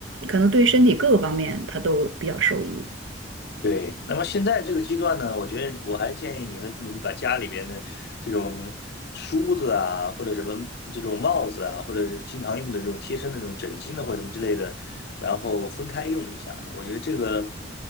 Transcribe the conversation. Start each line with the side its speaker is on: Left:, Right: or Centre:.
Right: 可能对身体各个方面他都比较受益。
Left: 对。那么现在这个阶段呢，我觉得我还建议你和你们把家里边的这种梳子啊，或者什么这种帽子啊，或者是经常用的这种贴身的这种枕巾呢，或者什么之类的，然后分开用一下。我觉得这个